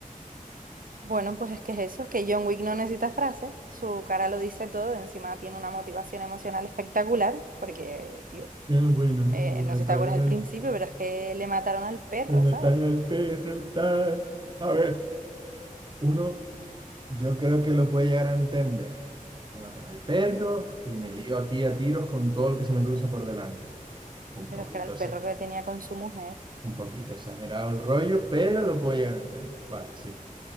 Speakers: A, on the right; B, on the right.
A: Bueno, pues es que es eso, que John Wick no necesita frases, su cara lo dice todo, encima tiene una motivación emocional espectacular, porque, tío,
B: Eh, Bueno, me
A: eh,
B: mataron
A: no sé si te acuerdas al
B: al,
A: principio, pero es que le mataron al perro,
B: me mataron
A: ¿sabes?
B: al perro, tal. A ver, uno... Yo creo que lo puede llegar a entender. Me mata el perro y me lío aquí a tiros con todo lo que se me cruza por delante. Un
A: Pero
B: poquito,
A: es que era el
B: exa-
A: perro que tenía con su mujer.
B: un poquito exagerado el rollo, pero lo puedo llegar a entender. Vale, sí.